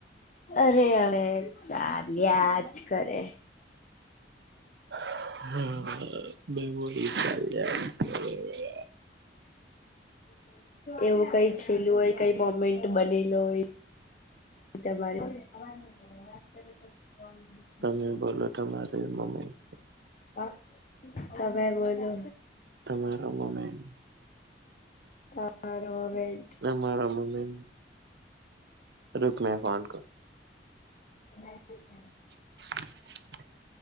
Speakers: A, on the left; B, on the right.
A: અરે હવે ચાલ્યા જ કરે.
B: <unintelligible> મેમોરી ચાલયા જ કરે.
A: એવું કઈ <unintelligible> છેલું હોય કઈ મોમેન્ટ બનેલો હોય તમારે વાત કરી તો બંધી <unintelligible>
B: તમે બોલો તમારી મોમેન્ટ.
A: આ તમે બોલો.
B: તમારા મોમેન્ટ
A: તારમેન્ટ <inaudible>
B: મમી રક મે ફન કર <unintelligible>
A: ન <inaudible>
B: <inaudible>